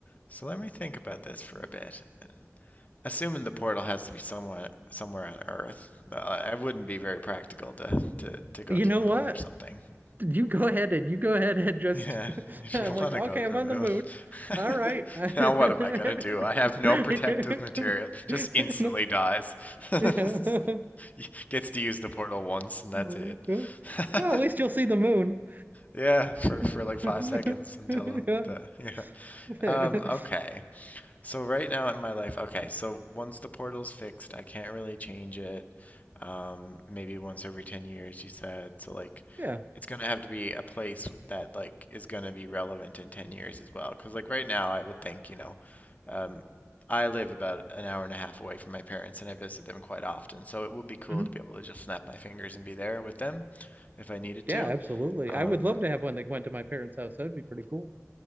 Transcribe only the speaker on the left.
So let me think about this for a bit. Assuming the portal has to be somewhere somewhere on Earth, uh, it wouldn't be very practical to, to to go
to
the moon
or something. <laughs>
Yeah,
if
you
want
to go to
the
moon.
<laughs>
Now what am I gonna do? I have no protective material. Just instantly dies. <laughs>
<laughs> Gets to use the portal once and that's
it.
<laughs>
Yeah, for for
like five seconds until
the <laughs> yeah.
Um, okay. So right now in my life, okay, so once the portal's fixed, I can't really change it. Um, maybe once every 10 years, you said. So like
it's gonna have to be a place that like is gonna be relevant in 10 years as well. Because like right now I would think, you know, um I live about an hour and a half away from my parents and I visit them quite often. So it would be cool
to be able to just snap my fingers and be there with them if I needed
to.
Um